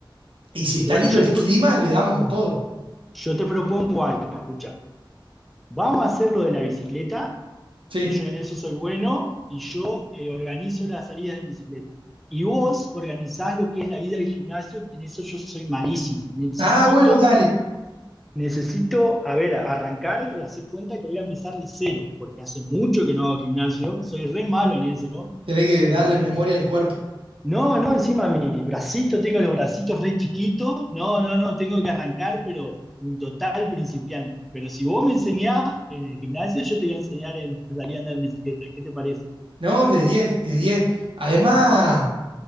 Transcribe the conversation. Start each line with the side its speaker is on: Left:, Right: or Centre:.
Right: y si está
Centre: Bueno,
Right: lindo
Centre: yo
Right: el
Centre: te,
Right: clima,
Centre: cu-
Right: le damos con todo.
Centre: yo te propongo algo, escucha. Vamos a hacer lo de la bicicleta,
Right: Sí.
Centre: y yo en eso soy bueno, y yo eh, organizo las salidas en bicicleta. Y vos organizás lo que es la ida al gimnasio, que en eso yo soy malísimo. Necesito,
Right: Ah, bueno, dale.
Centre: necesito, a ver, arrancar, hacer cuenta que voy a empezar de cero, porque hace mucho que no hago gimnasio, soy re malo en eso.
Right: Tenés que
Centre: eh,
Right: darle memoria al cuerpo.
Centre: No, no, encima mi bracito, tengo los bracitos re chiquitos. No, no, no, tengo que arrancar, pero un total principiante. Pero si vos me enseñás en el gimnasio, yo te voy a enseñar en a salir a andar en bicicleta. ¿Qué te parece?
Right: No, de 10, de 10. Además,